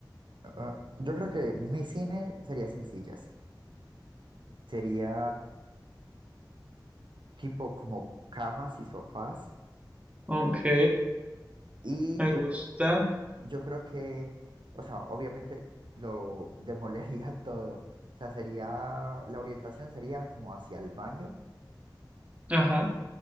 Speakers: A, on the right; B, on the right.
A: Ah, yo creo que mi cine sería sin sillas. Sería tipo como camas y sofás.
B: Ok,
A: Y
B: me
A: yo
B: gusta.
A: Yo creo que, o sea, obviamente lo demolería <laughs> todo. O sea, sería, la orientación sería como hacia el baño
B: Ajá.